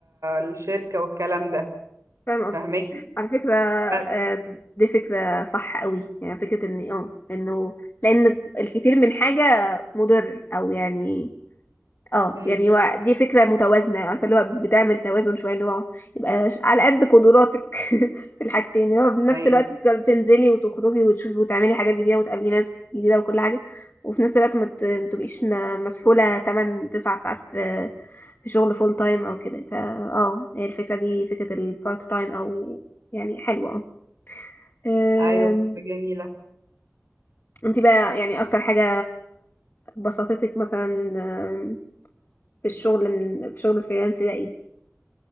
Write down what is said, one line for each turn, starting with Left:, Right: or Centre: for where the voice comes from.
Right: الشركة والكلام ده
Left: فاهم قصدي
Right: فاهماني
Left: على فكرة آه،
Right: بس
Left: دي فكرة صح قوي يعني فكرة إن اه إنه لأن الكثير من حاجة مضر أو يعني اه
Right: امم
Left: يعني هو دي فكرة متوازنة عارفة اللي هو بتعمل توازن شوية اللي هو يبقى ش- على قد قدراتك <laughs> في الحاجتين اللي هو في نفس
Right: ايوه
Left: الوقت تجر- تنزلي وتخرجي وتشوفي وتعملي حاجات جديدة وتقابلي ناس جديدة وكل حاجة وفي نفس الوقت ما ت- ما تبقيش م- مسحولة 8 9 ساعات في في شغل فول تايم او كده فا اه هي الفكرة دي فكرة البارت تايم او يعني حلوة اه
Right: ايوه
Left: أم،
Right: فكرة جميلة
Left: انت بقى يعني اكتر حاجة بسطتك مثلا أم، في الشغل من في شغل الفريلانس ده ايه؟